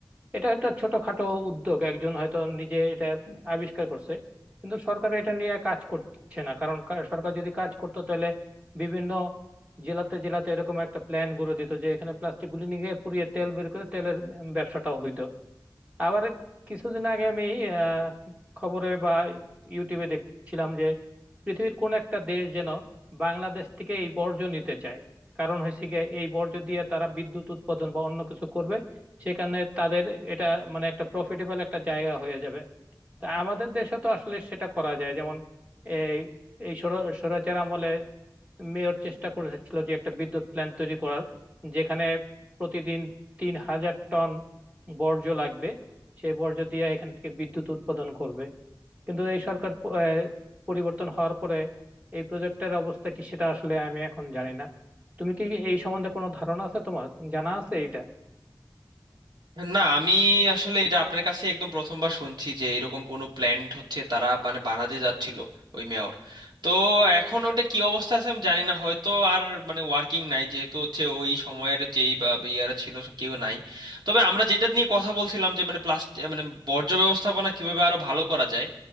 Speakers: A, on the right; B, on the right.
A: এটা একটা ছোটখাটো উদ্যোগ একজন হয়তো নিজে এটা আবিষ্কার করছে কিন্তু সরকার এটা নিয়ে কাজ করছে না কারণ কা- সরকার যদি কাজ করতো তাহলে বিভিন্ন জেলাতে জেলাতে এরকম একটা প্ল্যান গুঁড়ো দিত যে এখানে প্লাস্টিক গুলি নিয়ে গিয়ে পুড়িয়ে তেল বের করে তেলের ব্যবসাটাও হইতো আবার কিছুদিন আগে আমি আহ, খবরে বা ইউটিউবে দেখছিলাম যে পৃথিবীর কোন একটা দেশ যেন বাংলাদেশ থেকে এই বর্জ্য নিতে চায় কারণ হচ্ছে গিয়ে এই বর্জ্য দিয়ে তারা বিদ্যুৎ উৎপাদন বা অন্য কিছু করবে সেখানে তাদের এটা মানে একটা প্রফিটেবল একটা জায়গা হয়ে যাবে তা আমাদের দেশে তো আসলে সেটা করা যায় যেমন এই এই স্বৈরাচার আমলে মেয়র চেষ্টা করেছিল যে একটা বিদ্যুৎ প্ল্যান্ট তৈরি করার যেখানে প্রতিদিন তিন হাজার টন বর্জ্য লাগবে সেই বর্জ্য দিয়ে এখান থেকে বিদ্যুৎ উৎপাদন করবে কিন্তু এই সরকার প- আহ, পরিবর্তন হওয়ার পরে এই প্রজেক্টের অবস্থা কি সেটা আসলে আমি এখন জানি না তুমি কি এই সম্বন্ধে কোনো ধারণা আছে তোমার জানা আছে এটা
B: না আমি আসলে এটা আপনার কাছে একদম প্রথমবার শুনছি যে এরকম কোনো প্ল্যান্ট হচ্ছে তারা মানে বানাতে যাচ্ছিল ওই মেয়র তো এখন ওটা কি অবস্থা আছে আমি জানি না হয়তো আর মানে ওয়ার্কিং নাই যেহেতু হচ্ছে ওই সময়ের যেই বা বা ইয়ারা ছিল সব কেউ নাই তবে আমরা যেটা নিয়ে কথা বলছিলাম যে মানে প্লাস্টিক মানে বর্জ্য ব্যবস্থাপনা কিভাবে আরো ভালো করা যায়